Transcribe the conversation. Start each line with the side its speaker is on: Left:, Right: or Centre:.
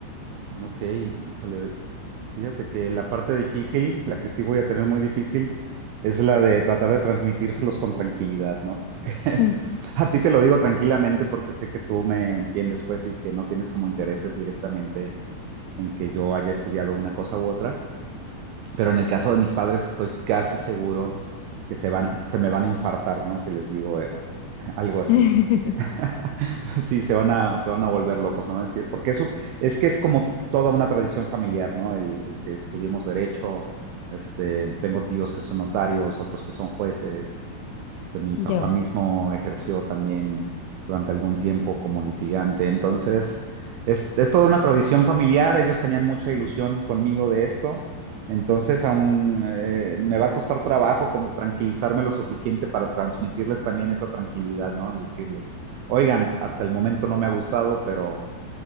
Right: Ok, híjole, fíjate que la parte difícil, la que sí voy a tener muy difícil, es la de tratar de transmitírselos con tranquilidad, ¿no? Porque
Left: Mm.
Right: <laughs> a ti te lo digo tranquilamente porque sé que tú me entiendes, pues, y que no tienes como intereses directamente en que yo haya estudiado una cosa u otra, pero en el caso de mis padres estoy casi seguro que se van, se me van a infartar, ¿no? Si les digo eh, <laughs> algo así.
Left: <laughs>
Right: <laughs> Sí, se van a, se van a volver locos, me van a decir, porque eso es que es como t- toda una tradición familiar, ¿no? El, el que estudiemos derecho, este, tengo tíos que son notarios, otros que son jueces, que mi papá
Left: Ya.
Right: mismo ejerció también durante algún tiempo como litigante. Entonces, es, es toda una tradición familiar, ellos tenían mucha ilusión conmigo de esto, entonces aún eh, me va a costar trabajo como tranquilizarme lo suficiente para transmitirles también esa tranquilidad, ¿no? Y decirles, oigan, hasta el momento no me ha gustado, pero